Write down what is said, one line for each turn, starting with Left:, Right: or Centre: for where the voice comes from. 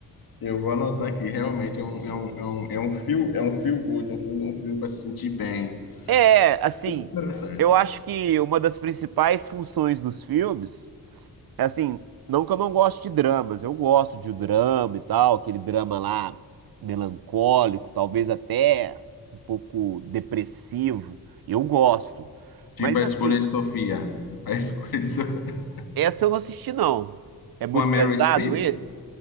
Left: Eu vou anotar aqui, realmente é um, é um, é um, é um feel, é um feel good, é um filme, um filme para se sentir bem.
Right: É, assim,
Left: Interessante.
Right: eu acho que uma das principais funções dos filmes é assim, não que eu não goste de dramas, eu gosto de drama e tal, aquele drama lá melancólico, talvez até um pouco depressivo, eu gosto.
Left: Tipo
Right: Mas
Left: a
Right: assim,
Left: escolha de Sofia. A escolha de Sofia.
Right: essa eu não assisti não.
Left: <laughs>
Right: É muito
Left: Com a Meryl
Right: pesado
Left: Streep,
Right: esse?